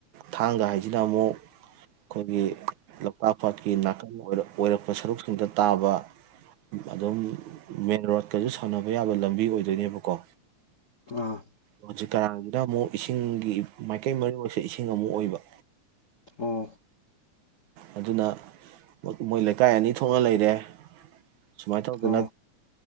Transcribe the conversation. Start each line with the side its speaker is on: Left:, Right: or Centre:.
Right: ꯊꯥꯡꯒ ꯍꯥꯏꯁꯤꯅ ꯑꯃꯨꯛ ꯑꯩꯈꯣꯏꯒꯤ ꯂꯣꯛꯇꯥꯛ ꯄꯥꯠꯀꯤ ꯅꯥꯀꯟ ꯑꯣꯏꯔꯛꯄ ꯁꯔꯨꯛꯁꯤꯡꯗ ꯇꯥꯕ ꯑꯗꯨꯝ ꯃꯦꯟ ꯔꯣꯗꯀꯁꯨ ꯁꯝꯅꯕ ꯌꯥꯕ ꯂꯝꯕꯤ ꯑꯣꯏꯗꯣꯏꯅꯦꯕꯀꯣ
Left: ꯑꯥ
Right: ꯍꯧꯖꯤꯛ ꯀꯔꯥꯡꯗ ꯑꯃꯨꯛ ꯏꯁꯤꯡꯒꯤ ꯃꯥꯏꯀꯩ ꯃꯔꯤꯃꯛꯁꯦ ꯏꯁꯤꯡ ꯑꯃꯨꯛ ꯑꯣꯏꯕ
Left: ꯑꯣ
Right: ꯑꯗꯨꯅ ꯃꯣꯏ ꯂꯩꯀꯥꯏ ꯑꯅꯤ ꯊꯣꯛꯅ ꯂꯩꯔꯦ ꯁꯨꯃꯥꯏꯅ ꯇꯧꯗ
Left: ꯑꯣ
Right: ꯅ